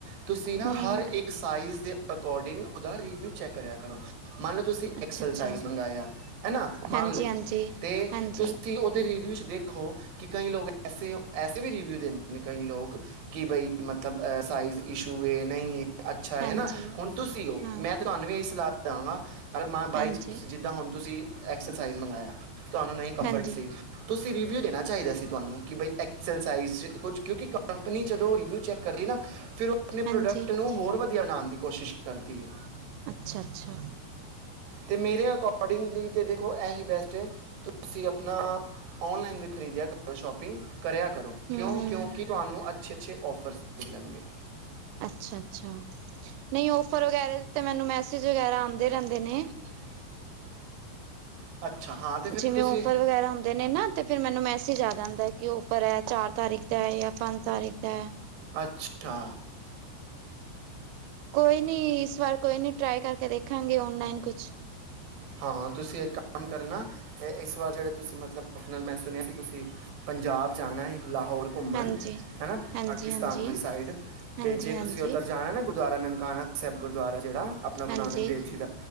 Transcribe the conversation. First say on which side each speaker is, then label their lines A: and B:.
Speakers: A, on the right (about 60°); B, on the right (about 85°).
A: ਤੁਸੀਂ ਨਾ
B: ਹਮ
A: ਹਰ ਇੱਕ ਸਾਈਜ਼ ਦੇ ਅਕੋਡਿੰਗ ਉਦਾ ਰਿਵਿਊ ਚੈੱਕ ਕਰਿਆ ਕਰੋ। ਮੰਨ ਲਓ, ਤੁਸੀਂ
B: ਅੱਛਾ-ਅੱਛਾ
A: ਐਕਸਲ ਸਾਈਜ਼ ਮੰਗਾਇਆ, ਹੈਨਾ? ਮੰਨ
B: ਹਾਂਜੀ
A: ਲਓ।
B: ਹਾਂਜੀ
A: 'ਤੇ
B: ਹਾਂਜੀ
A: ਤੁਸੀਂ ਓਦੇ ਰਿਵਿਊ 'ਚ ਦੇਖ ਖੋ, ਕਿ ਕਈ ਲੋਗ ਐਸੇ-ਐਸੇ ਵੀ ਰਿਵਿਊ ਦਿੰਦੇ ਨੇ ਕਈ ਲੋਗ। ਕਿ ਬਈ, ਮਤਲਬ ਸਾਈਜ਼ ਇਸ਼ੂ ਏ, ਨਈ ਏ। ਅੱਛਾ
B: ਹਾਂਜੀ
A: ਹੈਨਾ, ਹੁਨ ਤੁਸੀਂ ਓ,
B: ਹਾਂ
A: ਮੈਂ 'ਤੇ ਤੁਹਾਨੂੰ ਵੀ ਏਈ ਸਲਾਹ ਦਾਂਗਾ, ਅਹ ਮੈਂ ਬਾਈ
B: ਹਾਂਜੀ
A: ਚਾਂਸ ਜਿੱਦਾਂ ਹੁਨ ਤੁਸੀਂ ਐਕਸਲ ਸਾਈਜ਼ ਮੰਗਾਇਆ, ਤੁਆਨੂੰ ਨਈ ਕੰਫਰਡ
B: ਹਾਂਜੀ
A: ਸੀ, ਤੁਸੀਂ ਰਿਵਿਊ ਦੇਨਾ ਚਾਈਦਾ ਸੀ ਤੁਆਨੂੰ ਕਿ ਬਈ ਐਕਸਲ ਸਾਈਜ਼ 'ਚ ਕੁਛ ਕਿਉਂਕਿ ਕੰਪਨੀ ਜਦੋਂ ਰਿਵਿਊ ਚੈੱਕ ਕਰਦੀ ਨਾ ਫਿਰ ਓ ਆਪਨੇ
B: ਹਾਂਜੀ
A: ਪ੍ਰੋਡਕਟ ਨੂੰ ਹੋਰ ਵਧੀਆ ਬਨਾਣ ਦੀ ਕੋਸ਼ਿਸ਼ ਕਰਦੀ ਐ।
B: ਅੱਛਾ-ਅੱਛਾ।
A: ਤੇ ਮੇਰੇ ਅਕੋਡਿੰਗਲੀ ਤੇ ਦੇਖੋ ਐ ਹੀ ਬੈਸਟ ਏ ਤੁਸੀਂ ਆਪਨਾ ਓਨਲਾਈਨ ਵੀ ਖਰੀਦੇਆ ਕਰੋ ਸ਼ੋਪਿੰਗ ਕਰੇਆ ਕਰੋ।
B: ਹੂੰ-ਹੂੰ,
A: ਕੇਉਂ ਕਿਉਂਕਿ ਤੁਆਨੂੰ ਅੱਛੇ-ਅੱਛੇ ਔਫਰਸ ਮਿਲਨਗੇ।
B: ਅੱਛਾ-ਅੱਛਾ ਨਈਂ ਔਫਰ ਵਗੈਰੇ ਦੇ ਤਾਂ ਮੈਨੂੰ ਮੈਸੇਜ ਵਗੈਰਾ ਆਂਦੇ ਰੈਂਦੇ ਨੇ
A: <inaudible> ਅੱਛਾ ਹਾਂ ਤੇ ਫਿਰ
B: ਜਿਵੇਂ
A: ਤੁਸੀਂ
B: ਔਫਰ ਵਗੈਰਾ ਹੁੰਦੇ ਨੇ ਨਾ ਤੇ ਫਿਰ ਮੈਨੂੰ ਮੈਸੇਜ ਆ ਜਾਂਦੈ ਕਿ, ਔਫਰ ਐ, ਚਾਰ ਤਾਰੀਕ ਦੈ ਯਾ ਪੰਜ ਤਾਰੀਕ ਦੈ।
A: ਅੱਛਾ
B: ਕੋਈ ਨੀਂ, ਇਸ ਵਾਰ ਕੋਈ ਨੀ ਟਰਾਈ ਕਰਕੇ ਦੇਖਾਂਗੇ ਓਨਲਾਈਨ ਕੁਛ।
A: ਹਾਂ, ਤੁਸੀਂ ਇੱਕ ਕੰਮ ਕਰਨਾ, ਏ, ਇਸ ਵਾਰ ਜੇੜੇ ਤੁਸੀਂ ਮਤਲਬ ਆਪਨਾ ਮੈਂ ਸੁਨੇਆ ਸੀ ਤੁਸੀਂ ਪੰਜਾਬ ਜਾਨਾ ਏ ਲਾਹੌਰ ਘੁੰਮਨ
B: ਹਾਂਜੀ।
A: ਹੈਨਾ
B: ਹਾਂਜੀ-ਹਾਂਜੀ,
A: ਪਾਕਿਸਤਾਨ ਵਾਲੀ ਸਾਈਡ
B: ਹਾਂਜੀ-ਹਾਂਜੀ,
A: ਤੇ ਜੇ ਤੁਸੀਂ ਓਧਰ ਜਾਣਾ ਨਾ ਗੁ ਗੁਰਦੁਆਰਾ ਨਨਕਾਣਾ ਸੈਬ ਗੁਰਦੁਆਰਾ ਜੇੜਾ ਆਪਨਾ ਗੁਰੂ
B: ਹਾਂਜੀ
A: ਨਾਨਕ ਦੇਵ ਜੀ ਦਾ